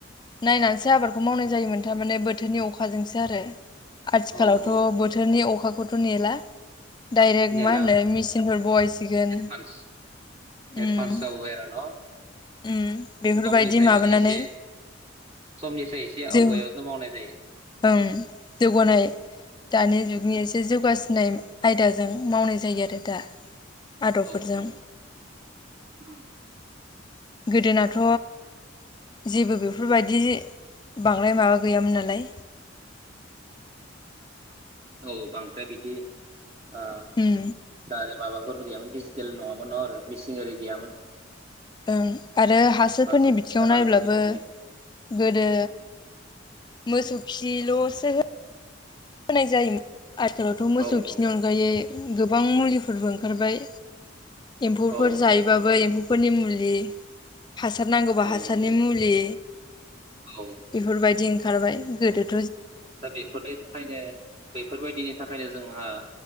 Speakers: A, on the left; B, on the right.
A: नायनानैसो आबादखौ मावनाय जायोमोन। थारमाने बोथोरनि अखाजोंसो आरो। आथिखालावथ'
B: औ औ
A: बोथोरनि अखाखौथ' नेला। डाइरेक्ट
B: मेला
A: मा मेचिनफोर बहासिगोन
B: एडभान्स
A: ओं
B: एडभान्स जाबोबाय आरो न'
A: उम बेफोरबायदि
B: समनिसाय
A: माबानानै
B: जों एसे समनिसाय एसे
A: जों
B: आवगायावनो मावनाय जायो
A: ओं जौगानाय दानि जुगनि एसे जौगा नाय आयदाजों मावनाय जायो आरो दा आदबफोरजों
B: औ औ उम
A: गोदोनाथ' जेबो बेफोरबायदि बांद्राय माबा गैयामोन नालाय।
B: औ बांद्राय बिदि ओ
A: उम
B: दा आरो माबा <unintelligible> दिजटेल नङामोन। <unintelligible> मिसिं आरि गैयामोन।
A: उम आरो हासारफोरनि
B: बांसिन
A: बिथिङाव
B: हालजों
A: नायोब्लाबो
B: औ
A: गोदो मोसौ खिल'सो हो होनाय जायोमोन। आथिखालावथ' मोसौ
B: औ
A: खिनि अनगायै गोबां मुलिफोरबो ओंखारबाय। एम्फौफोर
B: औ
A: जायोबाबो
B: औ
A: एम्फौफोरनि मुल <unintelligible> हासार नांगौबा
B: औ
A: हासारनि
B: नंगौ
A: मुलि
B: औ
A: बेफोरबायदि ओंखारबाय। गोदो
B: दा बेफोरनि थाखायनो बेफोरबायदिनि थाखायनो जोंहा